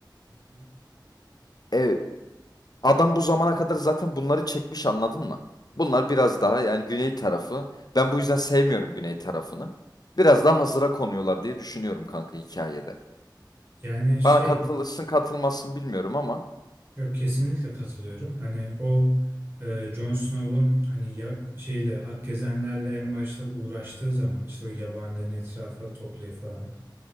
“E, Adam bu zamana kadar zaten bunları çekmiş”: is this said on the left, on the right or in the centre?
Left